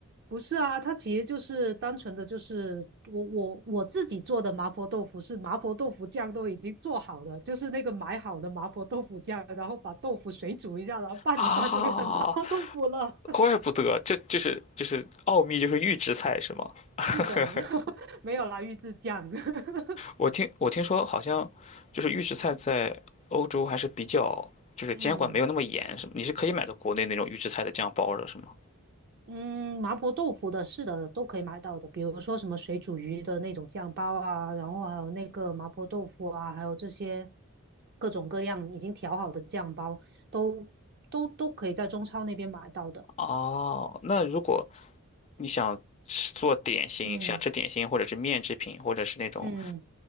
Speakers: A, on the right; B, on the left.
A: 不是啊，它其实就是单纯的，就是我我我自己做的麻婆豆腐是麻婆豆腐酱都已经做好的，就是那个买好的麻婆豆腐酱，然后把豆腐水煮一下，然后拌一拌就变成麻婆豆腐了。
B: 啊，
A: <laughs>
B: 怪不得，这就是就是奥秘，就是预制菜是吗？<laughs>
A: 是的，<laughs> 没有啦，预制酱。<laughs>
B: 我听我听说好像就是预制菜在欧洲还是比较就是监管没有那么严，
A: 嗯。
B: 是你是可以买到国内那种预制菜的酱包的，是吗？
A: 嗯，麻婆豆腐的，是的，都可以买到的。比如说什么水煮鱼的那种酱包啊，然后还有那个麻婆豆腐啊，还有这些各种各样已经调好的酱包，都都都可以在中超那边买到的。
B: 哦，那如果你想吃做点心，
A: 嗯
B: 想吃点心或者是面制品，或者是那种
A: 嗯，